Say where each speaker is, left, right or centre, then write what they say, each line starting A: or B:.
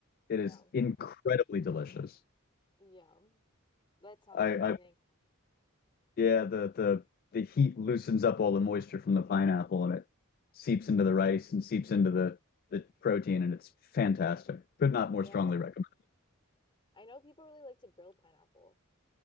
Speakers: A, on the left; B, on the left.
A: It
B: Yum.
A: is incredibly delicious.
B: Yum. That sounds
A: I,
B: amazing.
A: I yeah, the the the heat loosens up all the moisture from the pineapple and it seeps into the rice and seeps into the the protein and it's fantastic. Could not
B: Yum.
A: more strongly recommend.
B: I know people really like to grill pineapple.